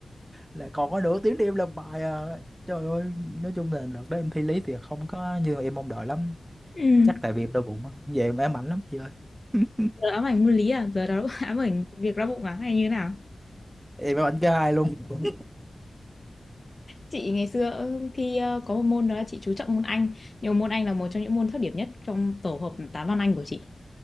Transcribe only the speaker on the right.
là còn có nửa tiếng để em làm bài à. trời ơi nói chung là đợt đó em thi lý thì không có như em mong đợi lắm
chắc tại vì em đau bụng á về em ám ảnh lắm chị ơi <laughs>
em ám ảnh cho hai luôn <laughs>